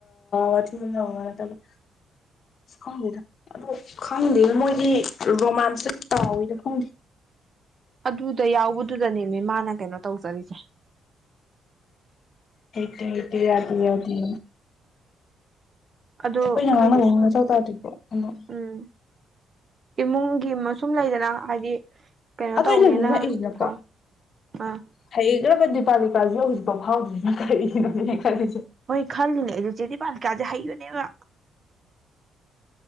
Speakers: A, on the left; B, on the right.
A: ꯋꯥꯊꯕ ꯅꯠꯇꯕ ꯈꯪꯗꯦꯗ ꯑꯗꯣ ꯈꯪꯗꯦꯗ ꯃꯣꯏꯒꯤ ꯔꯣꯃꯥꯟꯁꯇ ꯆꯥꯎꯋꯤꯗ ꯈꯪꯗꯦ
B: ꯑꯗꯨꯗ ꯌꯥꯎꯕꯗꯨꯗꯅꯦꯃꯤ ꯃꯥꯅ ꯀꯩꯅꯣ ꯇꯧꯖꯔꯤꯁꯦ
A: ꯤ ꯌꯥ ꯌꯥꯣꯏ
B: ꯑꯗꯨ
A: ꯏ ꯌꯥꯅ
B: ꯈꯪꯗꯦ ꯁꯨꯝ
A: ꯆꯇ ꯎ
B: ꯎꯝ ꯏꯃꯨꯡꯒꯤ ꯃꯁꯨꯝ ꯂꯩꯗꯅ ꯍꯥꯏꯗꯤ ꯀꯩꯅꯣ
A: ꯑꯋꯥꯏꯗ
B: ꯇꯧꯅꯦꯅ
A: ꯅꯛꯏꯁꯤꯅꯀꯣ
B: ꯊꯥꯎ ꯑꯥ
A: ꯍꯌꯦꯡ ꯁꯔꯕꯟꯗꯤꯤ ꯄꯥꯂꯤꯀꯥꯁꯤ ꯍꯧꯖꯤꯛꯥꯎ ꯐꯥꯎꯗ꯭ꯔꯤꯅ ꯀꯔꯤꯒꯤꯅꯣꯅꯦ ꯈꯜꯂꯤꯁꯦ
B: ꯍꯣꯏ ꯈꯜꯂꯤꯅꯦ ꯑꯩꯁꯨꯦ ꯆꯦꯗꯤ ꯄꯜ ꯀꯥꯁꯦ ꯍ ꯌꯅꯦꯕ